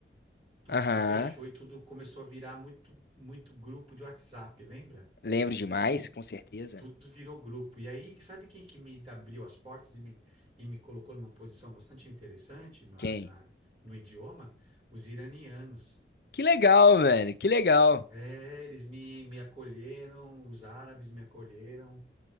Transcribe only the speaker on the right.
tudo
se fechou e tudo começou a virar muito, muito grupo de WhatsApp, lembra?
Tudo virou grupo. E aí, sabe quem que me abriu as portas e me, e me colocou numa posição bastante interessante no,
na, no idioma? Os iranianos.
É, eles me, me acolheram, os árabes me acolheram.